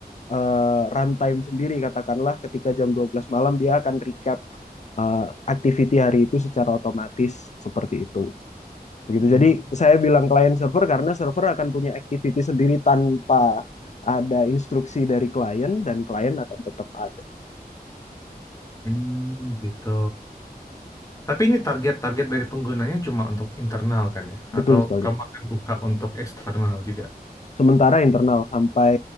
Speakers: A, on the left; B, on the left.
A: eh, runtime sendiri. Katakanlah ketika jam 12 malam dia akan recap eh, activity hari itu secara otomatis seperti itu. Begitu.
B: Hmm,
A: Jadi saya bilang client server karena server akan punya activity sendiri tanpa ada instruksi dari klien dan klien akan tetap ada.
B: hmm, gitu. Tapi ini target-target dari penggunanya cuma untuk internal kan ya?
A: Betul
B: Atau
A: sekali.
B: kamu akan buka untuk eksternal juga?
A: Sementara internal sampai